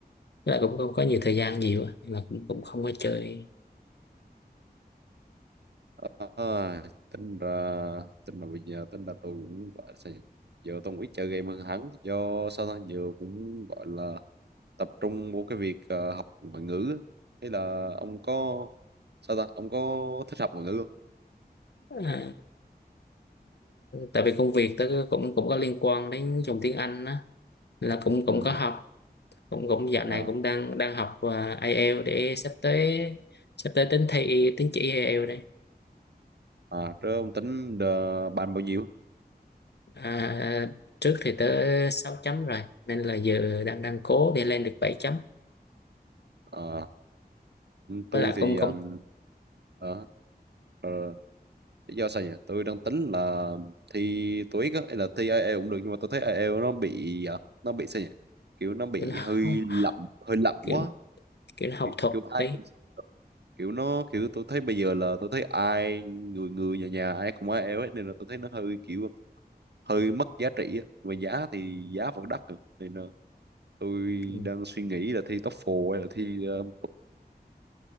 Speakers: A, on the left (about 80°); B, on the right (about 80°).
A: Với lại cũng không có nhiều thời gian nhiều á. Nên là cũng cũng không có chơi
B: à, tính ra tính là bây giờ tính là tôi cũng gọi là sao nhỉ? giờ tôi cũng ít chơi game hơn hẳn do sao ta giờ cũng gọi là tập trung vô cái việc ờ, học ngoại ngữ á. hay là ông có sao ta ông có thích học ngoại ngữ không
A: ờ, tại vì công việc tớ cũng cũng có liên quan đến dùng tiếng Anh á là cũng cũng
B: ừ
A: có học cũng cũng dạo này
B: À,
A: cũng đang đang học và IELTS để sắp tới sắp tới tính thi tín chỉ IELTS đây
B: à, rồi ông tính ờ, bàn bao nhiêu
A: à, trước thì tới sáu chấm rồi nên là giờ đang đang cố để lên được bảy chấm
B: Ờ,
A: với
B: tôi
A: lại
B: thì
A: cũng cũng
B: um, ờ, ờ, lý do sao nhỉ tôi đang tính là thi TOEIC á hay là thi IELTS cũng được nhưng mà tôi thấy IELTS nó bị ờ, nó bị sao nhỉ kiểu nó bị
A: kiểu nó-
B: hơi lậm
A: <laughs>
B: hơi lậm
A: kiểu
B: quá
A: kiểu nó học
B: kiểu,
A: thuật
B: kiểu ai
A: tí
B: cũng kiểu nó kiểu tôi thấy bây giờ là tôi thấy ai người người nhà nhà ai cũng IELTS hết nên là tôi thấy nó hơi kiểu hơi mất giá trị á mà giá thì giá vẫn đắt rồi. nên là tôi
A: Ừ.
B: đang suy nghĩ là thi TOEFL hay là thi uh,